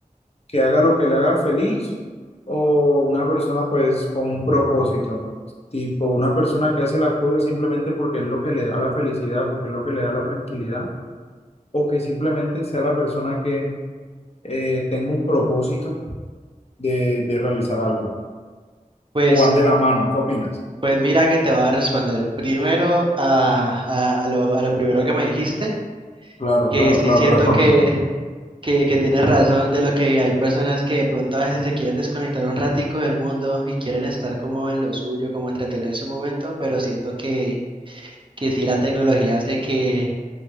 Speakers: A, on the left; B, on the right.
A: que haga lo que le haga feliz o una persona pues con un propósito? Tipo, una persona que hace las cosas simplemente porque es lo que le da la felicidad, porque es lo que le da la tranquilidad o que simplemente sea la persona que eh, tenga un propósito de, de realizar algo,
B: Pues,
A: o van de la mano, ¿qué opinas?
B: pues mira que te voy a responder primero a, a- a lo, a lo primero que me dijiste,
A: Claro,
B: que
A: claro,
B: sí
A: claro,
B: siento
A: <laughs> respóndeme.
B: que, que, que tienes razón de lo que hay personas que de pronto a veces se quieren desconectar un ratico del mundo y quieren estar como en lo suyo, como entretenerse un momento, pero siento que, que sí la tecnología hace que